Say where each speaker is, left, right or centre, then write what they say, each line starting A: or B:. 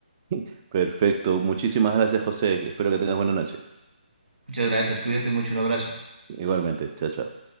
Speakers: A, on the right; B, on the right.
A: <laughs> Perfecto, muchísimas gracias José, espero que tengas buena noche.
B: Muchas gracias, cuídate mucho, un abrazo.
A: Igualmente, chao, chao.